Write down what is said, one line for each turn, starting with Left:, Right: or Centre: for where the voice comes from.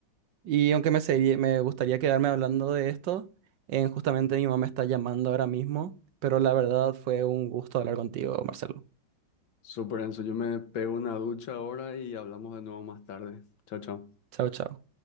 Right: Y aunque me, seguiría- me gustaría quedarme hablando de esto, eh, justamente mi mamá me está llamando ahora mismo, pero la verdad fue un gusto hablar contigo, Marcelo.
Left: Súper, Enzo, yo me pego una ducha ahora y hablamos de nuevo más tarde. Chao, chao.
Right: Chao, chao.